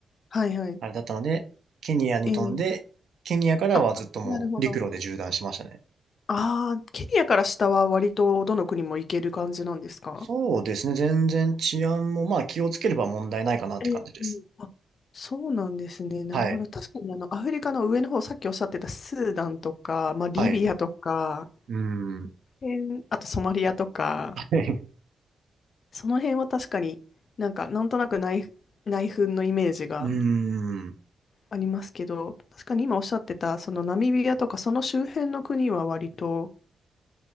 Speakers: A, on the left (about 55°); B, on the right (about 70°).
A: はいはい。
B: あれだったので、ケニアに飛んで、
A: ええ
B: ケニアからはずっともう陸路で縦断しましたね。
A: あ、なるほど。ああ、ケニアから下は割とどの国も行ける感じなんですか
B: そうですね。全然治安も、まあ気をつければ問題ないかなって感じです。
A: ええあ、そうなんですね。なるほど。
B: はい。
A: 確かにあの、アフリカの上の方、さっきおっしゃってたスーダンとか、まあ、リビアとか、
B: はい。うん。
A: えーあとソマリアとか、
B: <laughs>
A: その辺は確かになんか、なんとなく内、内紛のイメージが
B: うん。
A: ありますけど、確かに今おっしゃってた、そのナミビアとか、その周辺の国は割と、